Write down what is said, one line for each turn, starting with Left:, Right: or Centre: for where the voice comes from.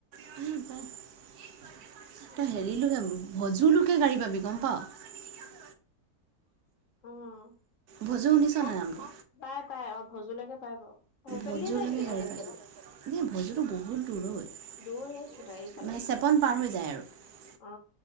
Right: তই
Left: উম,
Right: হেৰিলো যানো ভজুলোকে গাড়ী পাবি গম পাওঁ <unintelligible>
Left: উম
Right: ভজু শুনিছ
Left: অ
Right: নাই নামটো
Left: পাই পাই অ ভজলৈকে পাই বাওঁ সেইফালে
Right: ভজুলৈকে
Left: দি যায় নেকি
Right: গাড়ী
Left: তহঁতৰ
Right: পায়
Left: সেইফালে দি <unintelligible>
Right: চেপন পাৰ হৈ
Left: দূৰ সেই সোণাৰীৰ
Right: যায়
Left: ফালে
Right: আৰু।
Left: অ